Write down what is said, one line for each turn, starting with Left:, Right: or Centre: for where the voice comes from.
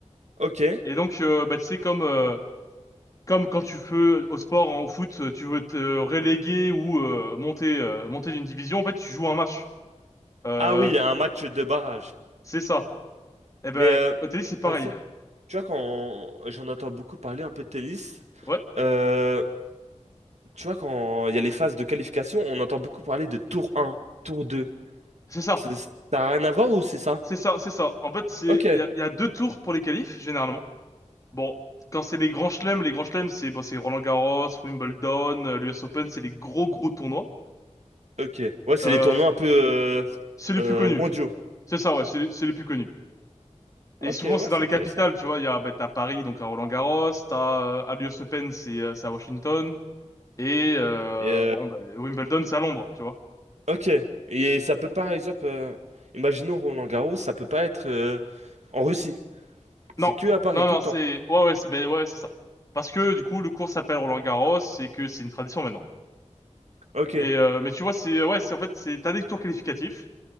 Right: Ok.
Left: Et donc, euh, bah, c'est comme, euh, comme quand tu fais au sport, en foot, tu veux te reléguer ou euh, monter, euh, monter d'une division, en fait, tu joues un match. Euh,
Right: Ah oui, un match de barrage.
Left: c'est ça. Eh ben,
Right: Mais euh,
Left: au tennis, c'est pareil.
Right: par Tu vois, quand j'en entends beaucoup parler un peu de tennis,
Left: Ouais,
Right: euh, tu vois, quand il y a les phases de qualification, on entend beaucoup parler de tour un, tour 2.
Left: c'est ça.
Right: C'est- Ça n'a rien à voir ou c'est ça?
Left: C'est ça, c'est ça. En fait, c'est,
Right: Ok,
Left: il y a, il y a deux tours pour les qualifs, généralement. Bon, quand c'est les grands chelems, les grands chelems, c'est bon, c'est Roland-Garros, Wimbledon, euh, l'US Open, c'est les gros, gros tournois.
Right: ok. Ouais, c'est
Left: Euh,
Right: les tournois un peu euh,
Left: c'est les
Right: euh,
Left: plus connus.
Right: mondiaux.
Left: C'est ça, ouais, c'est c'est les plus connus. Et
Right: Ok,
Left: souvent,
Right: ouais,
Left: c'est dans
Right: c'est
Left: les
Right: intéressant.
Left: capitales, tu vois. Il y a, ben, t'as Paris, donc à Roland-Garros, t'as, euh, à l'US Open, c'est, euh, c'est à Washington. Et euh,
Right: Et, euh,
Left: bon, bah, Wimbledon, c'est à Londres, tu vois.
Right: ok. Et ça peut pas, par exemple, euh, imaginons Roland-Garros, ça peut pas être euh, en Russie. C'est
Left: Non,
Right: que à Paris
Left: non,
Right: tout
Left: non,
Right: le
Left: c'est...
Right: temps.
Left: Ouais, ouais, c'est ben, ouais, c'est ça. Parce que du coup, le cours s'appelle Roland-Garros et que c'est une tradition maintenant.
Right: Ok,
Left: Mais, euh, mais tu vois, c'est... Ouais, c'est en fait, c'est... T'as des tours qualificatifs.